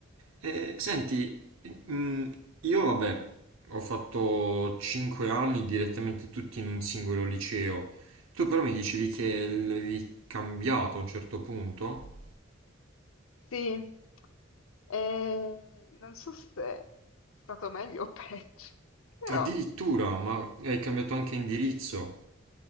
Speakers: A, on the right; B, on the left.
A: Eh, senti, mm, io vabbè, ho fatto 5 anni direttamente tutti in un singolo liceo. Tu però mi dicevi che l'avevi cambiato a un certo punto?
B: sì. E non so se è stato meglio o peggio, però
A: Addirittura, ma hai cambiato anche indirizzo.